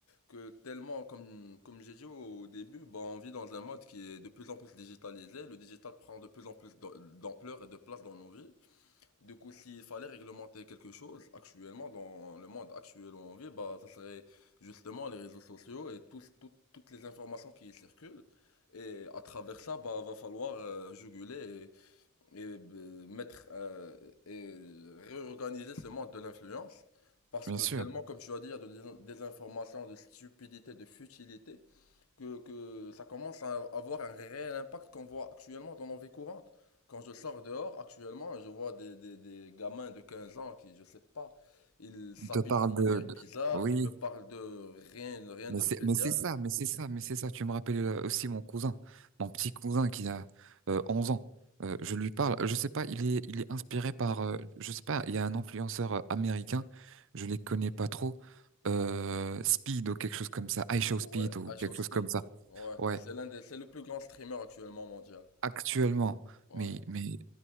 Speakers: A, on the left (about 75°); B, on the right (about 60°).
A: que tellement, comme, comme j'ai dit au début, bah on vit dans un monde qui est de plus en plus digitalisé. Le digital prend de plus en plus d'am- d'ampleur et de place dans nos vies. Du coup, s'il fallait réglementer quelque chose actuellement dans le monde actuel où on vit, bah ça serait justement les réseaux sociaux et tous, tout- toutes les informations qui y circulent. Et à travers ça, bah va falloir euh, juguler et euh, mettre euh, et réorganiser ce monde de l'influence parce
B: Bien
A: que
B: sûr.
A: tellement comme tu vas dire de dés- désinformation, de stupidité, de futilité que, que ça commence à avoir un réel impact qu'on voit actuellement dans nos vies courantes. Quand je sors dehors actuellement, je vois des, des, des gamins de 15 ans qui, je sais pas, ils s'habillent
B: On te parle
A: d'une manière
B: de, de-
A: bizarre,
B: Oui,
A: qui me parlent de rien, rien
B: mais
A: de
B: c'est
A: spécial.
B: mais c'est ça, mais c'est ça, mais c'est ça. Tu me rappelles euh, aussi mon cousin, mon petit cousin qui a euh, 11 ans. Euh, je lui parle, je sais pas, il est il est inspiré par, euh, je sais pas, il y a un influenceur euh, américain, je les connais pas trop, euh, Speed ou quelque chose comme ça, I Show
A: Ouais,
B: Speed ou
A: à
B: quelque
A: Speed.
B: chose comme ça.
A: Ouais,
B: Ouais.
A: c'est l'un des, c'est le plus grand streamer actuellement mondial.
B: actuellement.
A: Ouais.
B: Mais, mais